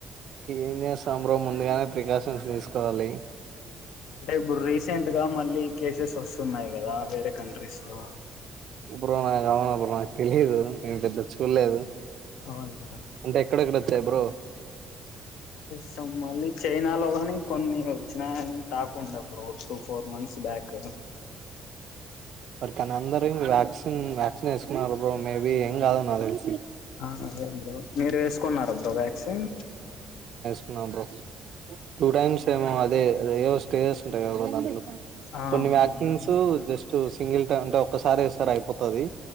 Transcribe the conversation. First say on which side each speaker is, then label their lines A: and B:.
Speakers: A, on the right; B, on the left.
A: ఏం చేస్తామ్ బ్రో ముందుగానే ప్రికాషన్స్ తీసుకోవాలి
B: అంటే ఇప్పుడు రీసెంట్గా మ ళ్ళీ కేసెస్ వస్తున్నాయి కదా వేరే కంట్రీస్ లో
A: బ్రో అది అవునా బ్రో నాకు తెలీదు నేన్ పెద్ద చూల్లేదు
B: అవును కదా
A: అంటే ఎక్కడెక్కడ వచ్చాయి బ్రో
B: సో మళ్ళీ చైనా లో గాని కొన్ని వచ్చినాయని టాక్ ఉండె bro two four months back కు
A: బట్ కాని అందరు ఇంగ వ్యాక్సిన్ వ్యాక్సిన్ ఏసుకున్నారు బ్రో మేబి ఏం కాదు నా తెలిసి
B: ఆ అదే బ్రో మీరు వేసుకున్నారా బ్రో వ్యాక్సిన్
A: కున్నాం బ్రో టూ టైమ్స్ ఏమో అ దే అదే ఏవో స్టేజస్ ఉంటాయి కదా బో దాంట్లో
B: ఆ
A: కొన్ని
B: అవును
A: వ్యాకింగ్స్
B: బ్రో
A: తూ జస్టూస్ సింగిల్ టైం అంటే ఒక్కసారే ఇస్తరు అయిపోతది